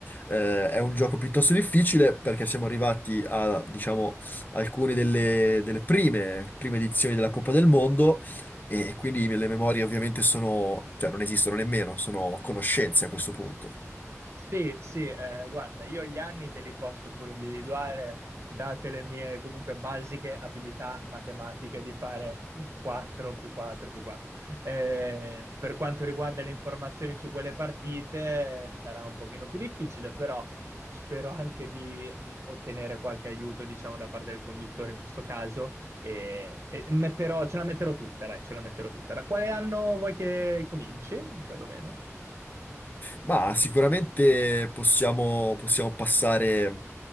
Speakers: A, on the left; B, on the right.
A: Eh, è un gioco piuttosto difficile perché siamo arrivati a, diciamo, alcune delle, delle prime, prime edizioni della Coppa del Mondo. E quindi le memorie ovviamente sono, cioè non esistono nemmeno, sono conoscenze a questo punto.
B: Sì, sì, eh, guarda, io gli anni te li posso pure individuare, date le mie comunque basiche abilità matematiche di fare 4 più 4 più 4. Eh, per quanto riguarda le informazioni su quelle partite, sarà un pochino più difficile, però spero anche di mh, ottenere qualche aiuto, diciamo, da parte del conduttore in questo caso, e, e metterò- ce la metterò tutta, dai, ce la metterò tutta. Da quale anno vuoi che cominci, perlomeno?
A: Ma sicuramente possiamo, possiamo passare